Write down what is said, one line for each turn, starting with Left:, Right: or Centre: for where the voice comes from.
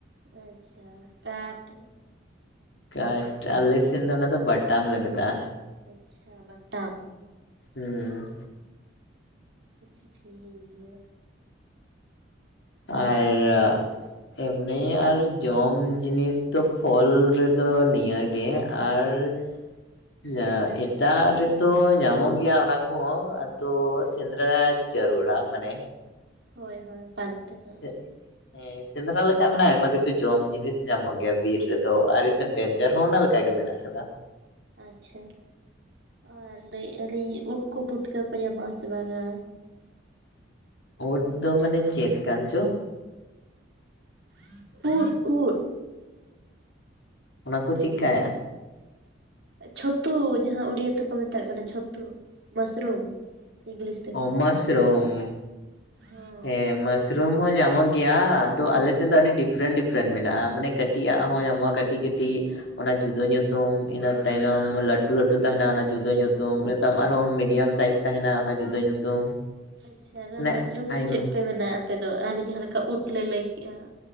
Right: ᱟᱪᱪᱷᱟ ᱠᱟᱴ
Left: ᱠᱟᱴ ᱟᱞᱮ ᱥᱮᱱ ᱫᱚ ᱚᱱᱟ ᱫᱚ ᱵᱟᱴᱟᱢ ᱞᱮ ᱢᱮᱛᱟᱜ-ᱟ
Right: ᱟᱪᱪᱷᱟ ᱵᱟᱴᱟᱢ
Left: ᱦᱩᱸ
Right: ᱟᱪᱪᱷᱟ ᱴᱷᱤᱠ ᱜᱮᱭᱟ
Left: ᱟᱨᱻ ᱮᱢᱱᱤ ᱟᱨ ᱡᱚᱢ ᱡᱤᱱᱤᱥ ᱫᱚ ᱯᱷᱚᱞ ᱨᱮᱫᱚ ᱱᱤᱭᱟᱹᱜᱮ ᱟᱨ ᱮᱠ ᱮᱴᱟᱜ ᱨᱮᱫᱚ
Right: ᱟᱨ
Left: ᱧᱟᱢᱚᱜ ᱜᱮᱭᱟ ᱚᱱᱟ ᱠᱚᱦᱚᱸ ᱟᱫᱚ ᱥᱮᱸᱫᱽᱨᱟ ᱡᱟᱹᱨᱩᱲᱟ ᱢᱟᱱᱮ
Right: ᱦᱳᱭ ᱦᱳᱭ ᱯᱟᱱᱛᱮ ᱱᱟᱜ
Left: ᱥᱮᱫ ᱦᱮ ᱦᱮᱸ ᱥᱮᱸᱫᱽᱨᱟ ᱞᱮᱠᱷᱟᱡ ᱫᱚ ᱟᱭᱢᱟ ᱠᱤᱪᱷᱩ ᱡᱚᱢ ᱡᱤᱱᱤᱥ ᱧᱟᱢᱚᱜ ᱜᱮᱭᱟ ᱵᱤᱨ ᱨᱮᱫᱚ ᱟᱨ ᱤᱥ ᱰᱮᱧᱡᱟᱨ ᱦᱚᱸ ᱚᱱᱟ ᱞᱮᱠᱟ ᱜᱮ ᱢᱮᱱᱟᱜ ᱟᱠᱟᱫᱟ ᱻ
Right: ᱟᱪᱪᱷᱟ ᱟᱨ ᱞᱟᱹᱭᱮᱫ ᱟᱹᱞᱤᱧ ᱩᱫ ᱠᱚ ᱯᱩᱴᱠᱟᱹ ᱠᱚ ᱧᱟᱢᱚᱜ ᱟ ᱥᱮ ᱵᱟᱝᱟ
Left: ᱩᱫ ᱫᱚ ᱢᱟᱱᱮ ᱪᱮᱫ ᱠᱟᱱ ᱪᱚ
Right: ᱩᱫ ᱩᱫ
Left: ᱚᱱᱟ ᱠᱩ ᱪᱤᱜᱠᱟ
Right: ᱪᱷᱟᱹᱛᱩ ᱡᱟᱦᱟᱸ ᱩᱲᱤᱭᱟᱹ ᱛᱮᱠᱚ ᱢᱮᱛᱟᱜ ᱠᱟᱱᱟ ᱪᱷᱟᱹᱛᱩ ᱢᱟᱥᱨᱩᱢ᱾ ᱤᱝᱞᱤᱥ ᱛᱮᱠᱚ
Left: ᱚ ᱢᱟᱥᱨᱩᱢ
Right: ᱦᱚᱸ
Left: ᱦᱮᱸ ᱢᱟᱥ ᱨᱩᱢ ᱦᱚᱸ ᱧᱟᱢᱚᱜ ᱜᱮᱭᱟ ᱟᱫᱚ ᱟᱞᱮ ᱥᱮᱱ ᱫᱚ ᱟᱹᱰᱤ ᱰᱤᱯᱷᱨᱮᱱ-ᱰᱤᱯᱷᱨᱮᱸᱱ ᱢᱮᱱᱟᱜᱼᱟ ᱢᱟᱱᱮ ᱠᱟᱹᱴᱤᱡ ᱟᱜ ᱦᱚᱸ ᱧᱟᱢᱚᱜᱼᱟ ᱠᱟᱹᱴᱤᱡ-ᱠᱟᱹᱴᱤᱡ᱾ ᱚᱱᱟ ᱡᱩᱫᱟᱹ ᱧᱩᱛᱩᱢ ᱤᱱᱟᱹ ᱛᱟᱭᱱᱚᱢ ᱞᱟᱹᱴᱩ ᱞᱟᱹᱴᱩ ᱛᱟᱦᱮᱱᱟ ᱚᱱᱟ ᱡᱩᱫᱟᱹ ᱧᱩᱛᱩᱢ ᱤᱱᱟᱹ ᱛᱟᱭᱚᱢ ᱟᱨᱦᱚᱸ ᱢᱤᱰᱤᱭᱟᱢ ᱥᱟᱭᱤᱡᱽ ᱛᱟᱦᱮᱱᱟ ᱚᱱᱟ ᱡᱩᱫᱟᱹ ᱧᱩᱛᱩᱢ᱾
Right: ᱟᱪᱪᱷᱟ ᱱᱚᱣᱟ
Left: ᱢᱟᱱᱮ
Right: ᱢᱟᱥᱨᱩᱢ
Left: ᱟᱭᱢᱟ
Right: ᱫᱚ ᱪᱮᱫ ᱯᱮ ᱢᱮᱱᱟ ᱟᱯᱮ ᱫᱚ ᱟᱞᱮ ᱡᱟᱦᱟᱸ ᱞᱮᱠᱟ ᱩᱫ ᱞᱮ ᱞᱟᱹᱭ ᱠᱮᱜᱼᱟ᱾